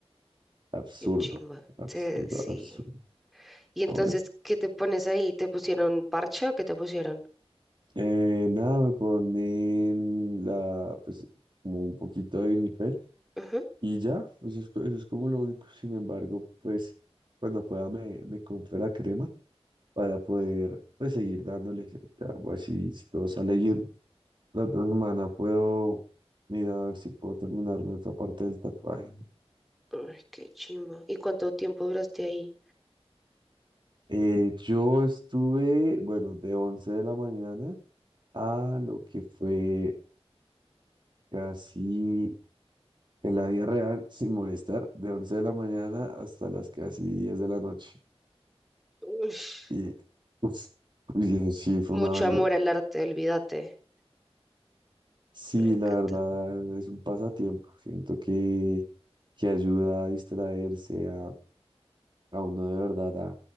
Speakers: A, on the right; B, in the centre.
A: absurdo,
B: Qué chimba.
A: absurdo,
B: Sí, sí.
A: absurdo.
B: Y entonces,
A: Ahora,
B: ¿qué te pones ahí? ¿Te pusieron parche o qué te pusieron?
A: eh, nada, me ponen la, pues, como un poquito de vinipel
B: Ujú.
A: y ya, eso es, co- eso es como lo único. Sin embargo, pues, cuando pueda me, me compro la crema para poder pues seguir dándole. ya pues, si, si todo sale bien, la otra semana puedo mirar a ver si puedo terminarme otra parte del tatuaje.
B: Ay, qué chimba. ¿Y cuánto tiempo duraste ahí?
A: Eh, yo estuve, bueno, de 11 de la mañana a lo que fue casi en la vida real, <laughs> sin molestar, de 11 de la mañana hasta las casi 10 de la noche.
B: Ush.
A: Y, uff, y eso sí, fue
B: mucho
A: una banda.
B: amor al arte, olvídate.
A: Sí,
B: Me encanta.
A: la verdad es un pasatiempo. Siento que, que ayuda a distraerse, a, a uno de verdad a